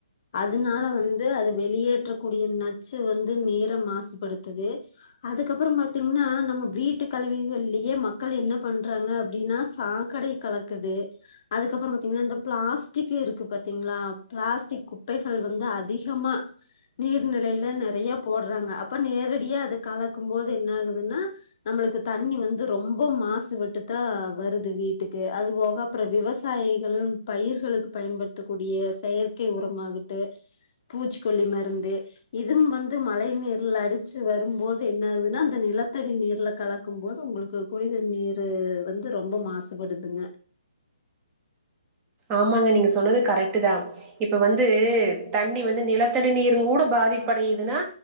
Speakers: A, on the left; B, on the right.
A: அதுனால வந்து அது வெளியேற்றக்கூடிய நச்சு வந்து நேரா மாசுபடுத்துது அதுக்கப்பறோ பாத்தீங்கன்னா நம்ம வீட்டு கழிவுகள்லயே மக்கள் என்ன பண்றாங்க அப்டினா சாக்கடைய கலக்குது அதுக்கப்பறோ பார்த்தீங்கனா இந்த பிளாஸ்டிக்கு இருக்கு பாத்தீங்களா பிளாஸ்டிக் குப்பைகள் வந்து அதிகமா நீர்நிலைல நெறைய போடுறாங்க அப்ப நேரடியா அது கலக்கு போது என்ன ஆகுதுன்னா நம்மளுக்கு தண்ணி வந்து ரொம்ப மாசுபட்டு தா வருது வீட்டுக்கு அது போக அப்பறோ விவசாயிகள் பயிர்களுக்கு பயன்படுத்தக்கூடிய செயற்கை உரமாகட்டு பூச்சிக்கொல்லி மருந்து இதுவு வந்து மழை நீர்ல அரிச்சு வரும் போது என்ன ஆகுதுன்னா அந்த நிலத்தடி நீர்ல கலக்கும் போது உங்களுக்கு குடிண்ணீரு வந்து ரொம்ப மாசுபடுதுங்க
B: ஆமாங்க நீங்க சொன்னது கரெக்ட் தா இப்ப வந்து தண்ணி வந்து நிலத்தடி நீரும் கூட பாதிப்படையுதுன்னா